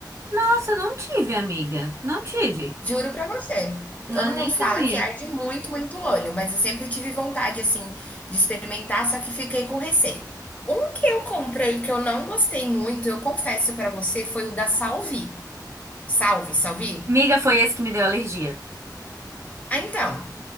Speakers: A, on the right; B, on the left.
A: Nossa, eu não tive, amiga. Não tive.
B: Juro pra você.
A: Não,
B: Todo
A: nem
B: mundo
A: sabia.
B: fala que arde muito, muito o olho, mas eu sempre tive vontade, assim, de experimentar, só que fiquei com receio. Um que eu comprei que eu não gostei muito, eu confesso pra você, foi o da Salvi. Salve, Salvi?
A: Miga, foi esse que me deu alergia.
B: Ah, então.